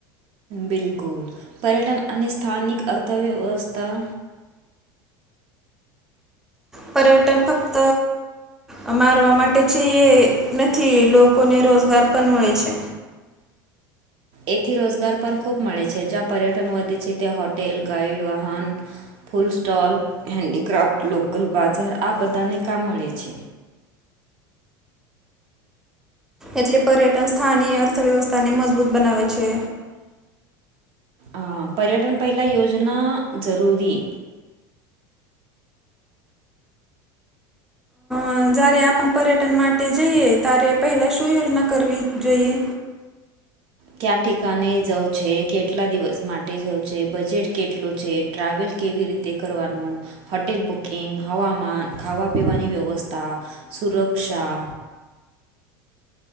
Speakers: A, on the right; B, in the centre.
A: બિલકુલ, પર્યટન અને સ્થાનિક અર્થવ્યવસ્થા
B: પર્યટન ફક્ત અ મારવા માટે છેએ નથી, લોકોને રોજગાર પણ મળે છે.
A: એથી રોજગાર પણ ખુબ મળે છે, જ્યાં પર્યટન વધે છે ત્યાં હોટેલ, ગાઈડ, વાહન. ફૂલ સ્ટોલ, હેન્ડીક્રાફ્ટ, લોકલ બાજાર આ બધાને કામ મળે છે.
B: એટલે પર્યટન સ્થાનીય અર્થવ્યવસ્થાને મજબૂત બનાવે છે.
A: અ પર્યટન પહેલાં યોજના જરૂરી.
B: અ જ્યારે આપણ પર્યટન માટે જઈએ, ત્યારે પહેલા શું યોજના કરવી જોઈએ?
A: કયા ઠિકાને જઉં છે? કેટલા દિવસ માટે જઉં છે? બજેટ કેટલું છે? ટ્રાવેલ કેવી રીતે કરવાનું, હોટેલ બુકિંગ, હવામાન, ખાવા પીવાની વ્યવસ્થા. સુરક્ષા